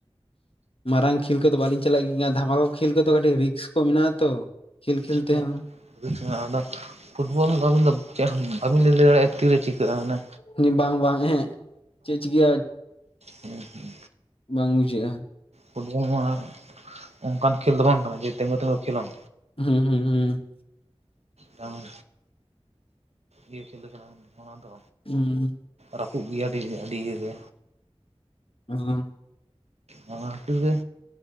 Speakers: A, on the left; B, on the right.
A: ᱢᱟᱨᱟᱝ ᱠᱷᱮᱞ ᱠᱚᱫᱚ ᱵᱟᱹᱞᱤᱧ ᱪᱟᱞᱟᱜ ᱜᱮᱭᱟ, ᱫᱷᱟᱢᱟᱠᱟ ᱠᱚ ᱠᱷᱮᱞ ᱠᱚᱫᱚ ᱠᱟᱹᱴᱤᱡ ᱨᱤᱠᱥ ᱠᱚ ᱢᱮᱱᱟᱜᱼᱟ ᱛᱚ ᱠᱷᱮᱞ ᱠᱷᱮᱞ
B: <unintelligible>
A: ᱛᱮᱦᱚᱸ
B: ᱨᱤᱠᱥ ᱢᱮᱱᱟᱜᱼᱟ ᱟᱫᱚ ᱯᱷᱩᱴᱵᱚᱞ ᱟᱹᱵᱤᱱ ᱫᱚ ᱪᱮᱫ ᱵᱟᱵᱤᱱᱤᱧ ᱞᱟᱹᱭ ᱫᱟᱲᱮᱭᱟᱜᱼᱟ ᱛᱤᱨᱮ ᱪᱤᱠᱟᱹᱜᱼᱟ, ᱢᱟᱱᱮ
A: ᱩᱱᱤ ᱵᱟᱝ ᱵᱟᱝ ᱮᱦᱮᱸᱜ ᱪᱮᱫ ᱪᱤᱠᱟᱜᱼᱟ
B: ᱦᱩᱸ ᱦᱩᱸ᱾
A: ᱵᱟᱝ ᱵᱩᱡᱷᱟᱹᱜᱼᱟ᱾
B: ᱯᱷᱩᱴᱵᱚᱞ ᱢᱟ ᱚᱱᱠᱟᱱ ᱠᱷᱮᱞ ᱫᱚ ᱵᱟᱝ ᱠᱟᱱᱟ ᱡᱮ ᱛᱮᱜᱳ ᱛᱮᱜᱳᱢ ᱠᱷᱮᱞᱟᱢ᱾
A: ᱦᱩᱸ ᱦᱩᱸ ᱦᱩᱸ᱾
B: ᱛᱟᱣ ᱤᱭᱟᱹ ᱠᱷᱮᱞ ᱞᱮᱠᱟᱱᱟᱜ ᱱᱚᱣᱟ ᱫᱚ᱾
A: ᱦᱩᱸ᱾
B: ᱨᱟᱹᱯᱩᱫ ᱜᱮᱭᱟ ᱟᱹᱰᱤ ᱟᱹᱰᱤ ᱤᱭᱟᱹᱜᱮ᱾
A: ᱦᱩᱸ᱾
B: ᱚᱱᱟ ᱠᱷᱟᱛᱤᱨ ᱜᱮ